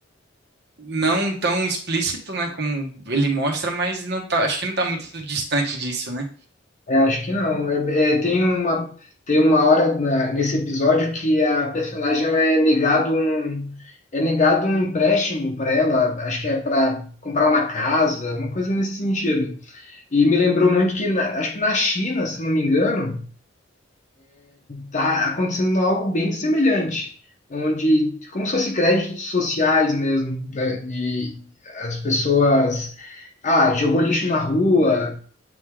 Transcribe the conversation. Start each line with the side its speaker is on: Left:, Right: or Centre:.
Right: não tão explícito, né, como ele mostra, mas não tá, acho que não tá muito distante disso, né?
Left: É, acho que não. É- é, tem uma, tem uma hora na- nesse episódio que a personagem ela é negado um, é negado um empréstimo para ela, acho que é para comprar uma casa, uma coisa nesse sentido. E me lembrou muito que, na- acho que na China, se não me engano, tá acontecendo algo bem semelhante, onde, como se fosse créditos sociais mesmo, né, de as pessoas, ah, jogou lixo na rua,